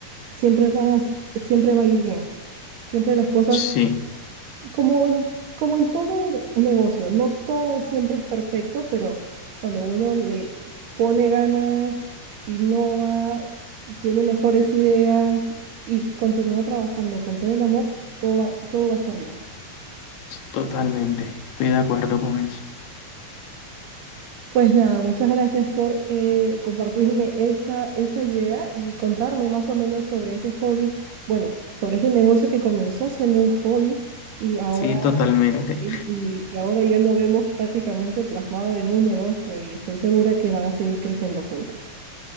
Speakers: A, on the right (about 80°); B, on the left (about 75°).
A: siempre va a, siempre va a ir bien. Siempre las cosas,
B: Sí,
A: como en, como en todo negocio, no todo siempre es perfecto, pero cuando uno le pone ganas, innova, tiene mejores ideas y continúa trabajando con todo el amor, todo va, todo va a estar bien.
B: totalmente. Estoy de acuerdo con eso.
A: Pues nada, muchas gracias por eh, compartirme esa, esa idea y contarme más o menos sobre ese hobby, bueno, sobre ese negocio que comenzó siendo un hobby y ahora,
B: Sí, totalmente.
A: y, y- y ahora ya lo vemos prácticamente plasmado en un negocio y estoy segura que van a seguir creciendo juntos.